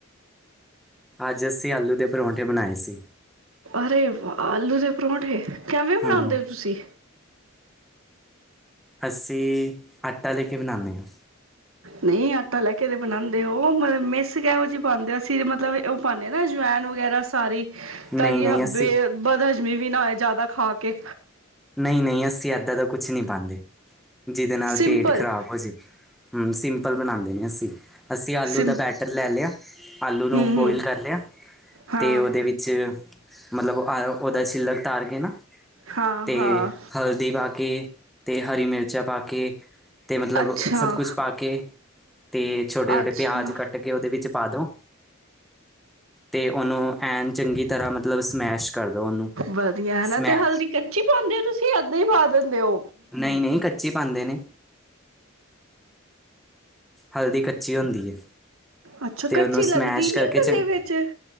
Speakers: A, in the centre; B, on the right.
A: ਅੱਜ ਅਸੀਂ ਆਲੂ ਦੇ ਪਰੌਂਠੇ ਬਣਾਏ ਸੀ।
B: ਅਰੇ ਵਾਹ ਆਲੂ ਦੇ ਪਰੌਂਠੇ, ਕਿਵੇਂ ਬਣਾਉਂਦੇ
A: ਹੂੰ
B: ਹੋ ਤੁਸੀਂ,
A: ਅਸੀਂ ਆਟਾ ਲੈ ਕੇ ਬਣਾਨੇ ਆ।
B: ਨਹੀਂ ਆਟਾ ਲੈ ਕੇ ਤੇ ਬਣਾਉਂਦੇ, ਉਹ ਮਲ ਮਿਸ ਕੇਹੋ ਜਿਹੀ ਪਾਉਂਦੇ ਹੋ ਅਸੀਂ ਮਤਲਬ ਉਹ ਪਾਦੇ ਹਾਂ ਨਾ ਅਜਵੈਨ ਵਗੈਰਾ ਸਾਰੀ ਤਾਂ
A: ਨਹੀਂ
B: ਕਿ
A: ਨਹੀਂ ਅਸੀਂ
B: ਬੇ ਵਧਲ, ਇਵੇਂ ਵੀ ਨਾ ਹੋਏ ਜ਼ਿਆਦਾ ਖਾ ਕੇ
A: ਨਹੀਂ- ਨਹੀਂ ਅਸੀਂ ਏਦਾਂ ਦਾ ਕੁਛ ਨਹੀਂ ਪਾਂਦੇ। ਜਿਹਦੇ ਨਾਲ
B: ਸਿੰਪਲ
A: ਪੇਟ ਖ਼ਰਾਬ ਹੋ ਜਾਵੇ ਹੂੰ ਸਿੰ ਪਲ ਬਣਾਦੇ ਨੇ ਅਸੀਂ, ਅਸੀਂ ਆਲੂ
B: ਸਿੰ
A: ਦਾ ਬੈਟਰ ਲੈ ਲਿਆ ਆਲੂ ਨੂੰ
B: ਹੂੰ
A: ਬੋਇਲ
B: ਹੂੰ
A: ਕਰ ਲਿਆ
B: ਹਾਂ
A: ਤੇ ਉਹਦੇ ਵਿੱਚ ਮਤਲਬ ਅਹ ਉਹਦਾ ਚ, ਛਿਲੜ ਤਾਰ ਕੇ ਨਾ
B: ਹਾਂ
A: ਤੇ
B: ਹਾਂ
A: ਹਲਦੀ ਪਾਕੇ ਕੇ ਅਤੇ ਹਰੀ ਮਿਰਚਾਂ ਪਾ ਕੇ ਅਤੇ ਮਤਲਬ
B: ਅੱਛਾ
A: ਸਭ ਕੁਛ ਪਾ ਕੇ ਅਤੇ ਛੋਟੇ-ਛੋਟੇ
B: ਅੱਛਾ
A: ਪਿਆਜ਼ ਕੱਟ ਕੇ ਉਹਦੇ ਵਿੱਚ ਪਾ ਦਿਉ। ਤੇ ਉਹਨੂੰ ਐਨ ਚੰਗੀ ਤਰ੍ਹਾਂ ਮਤਲਬ ਸਮੈਸ਼ ਕਰ ਦੋ ਉਹਨੂੰ
B: ਵਧੀਆ
A: ਸਮੈ
B: ਹਨਾ ਤੇ ਹਲਦੀ ਕੱਚੀ ਪਾਦੇ ਹੋ ਤੁਸੀਂ ਐਦਾ ਹੀ ਪਾ ਦਿੰਦੇ ਹੋ।
A: ਨਹੀਂ-ਨਹੀਂ ਕੱ ਕੱਚੀ ਪਾਂਦੇ ਨੇ, ਹਲਦੀ ਕੱਚੀ ਹੁੰਦੀ ਹੈ।
B: ਅੱਛਾ
A: ਤੇ
B: ਕੱਚੀ
A: ਉਹਨੂੰ ਸਮੈਸ਼
B: ਲੱਗਦੀ ਨੀ
A: ਕਰਕੇ
B: ਗਲੇ
A: ਚੰ
B: ਵਿੱਚ